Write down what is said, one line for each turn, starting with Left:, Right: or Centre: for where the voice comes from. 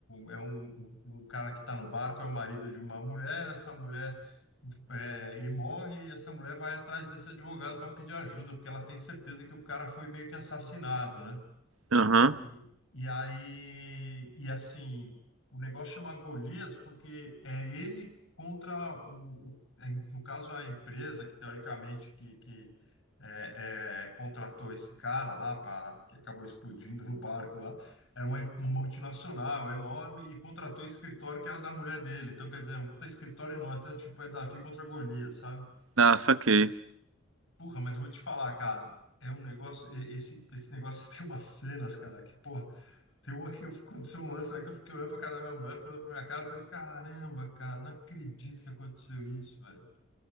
Left: é um, o, o cara que tá no barco é o marido de uma mulher, essa mulher, é, ele morre e essa mulher vai atrás desse advogado para pedir ajuda, porque ela tem certeza que o cara foi meio que assassinado, né?
Right: aham.
Left: E, e aí, e assim, o negócio chama Golias porque é ele contra o, o- é, no caso, a empresa que teoricamente que, que é, é, contratou esse cara lá, pra, que acabou explodindo no barco lá, era uma, uma multinacional enorme e contratou o escritório que era da mulher dele. Então, quer dizer, é um puta escritório enorme, então, tipo, é Davi contra Golias, sabe?
Right: Ah, saquei.
Left: Porra, mas eu vou te falar, cara, é um negócio, e- esse, esse negócio <laughs> tem umas cenas, cara, que, porra. Tem uma que eu- aconteceu um lance aí que eu fiquei olhando pra cara da minha mulher, falando pra minha cara, eu falei, caramba, cara, não acredito que aconteceu isso, velho.